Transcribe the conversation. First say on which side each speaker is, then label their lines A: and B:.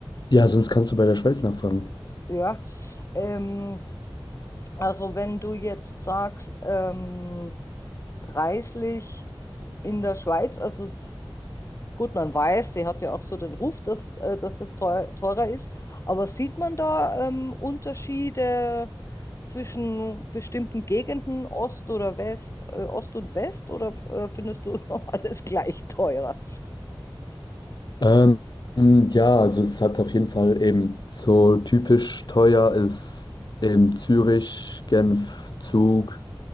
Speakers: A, on the left (about 50°); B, on the left (about 35°).
A: Ja, sonst kannst du bei der Schweiz nachfragen.
B: Ja, ähm, also wenn du jetzt sagst, ähm, preislich in der Schweiz, also Gut, man weiß, sie hat ja auch so den Ruf, dass, äh, dass das teuer, teurer ist. Aber sieht man da ähm, Unterschiede zwischen bestimmten Gegenden, Ost oder West, äh, Ost und West, oder äh, findest du <laughs> alles gleich teurer?
A: Ähm, ja, also es hat auf jeden Fall eben so typisch teuer ist eben Zürich, Genf, Zug.